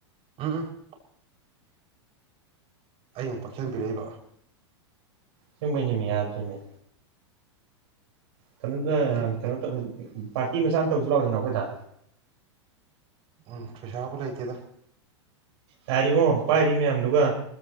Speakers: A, on the right; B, on the right.
A: ꯎꯝ ꯎꯝ ꯑꯩ ꯑꯃꯨꯛ ꯄꯛꯁꯟꯕꯤꯔꯛꯏꯕ
B: ꯑꯁꯦꯡꯕꯩꯅꯦꯃꯤ ꯌꯥꯗ꯭ꯔꯦꯃꯤ ꯀꯩꯅꯣꯗ
A: ꯍꯧꯖꯤꯛ
B: ꯀꯩꯅꯣ ꯇꯧ ꯄꯥꯔꯇꯤ ꯃꯆꯥ ꯑꯃ ꯇꯧꯁꯤ ꯂꯥꯥꯎꯗꯅ ꯑꯈꯣꯏꯗ
A: ꯎꯝ ꯄꯩꯁꯥꯕꯨ ꯂꯩꯇꯦꯗ
B: ꯌꯥꯔꯦꯕꯣ ꯄꯥꯏꯔꯤ ꯃꯌꯥꯝꯗꯨꯒ